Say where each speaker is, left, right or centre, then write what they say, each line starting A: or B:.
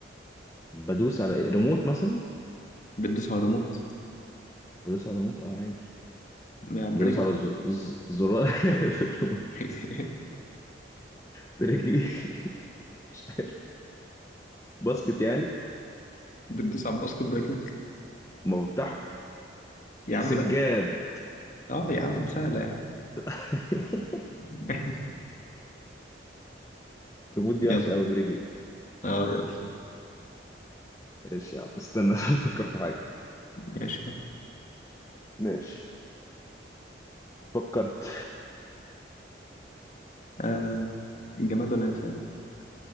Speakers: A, on the left; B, on the left.
A: بدوس على إيه؟ ريموت مثلا
B: بتدوس على الريموت
A: بدوس على ريموت اه عادي
B: يعني برجلك
A: بدوس على ز- ز- زرار <laughs> في الريموت
B: <laughs>
A: برجلي <laughs> مش عارف باسكت يعني
B: بتدوس على الباسكت برجلك
A: ما بفتحه
B: يا عم
A: سجاد
B: لا اه يا عم سهلة يعني
A: <laughs>
B: <laughs>
A: الريموت دي
B: يلا
A: وحشة قوي برجلي
B: اه يلا
A: ماشي يا عم استنى <laughs> افكر في حاجة
B: ماشي يلا
A: ماشي فكرت
B: آه الجماد ولا الإنسان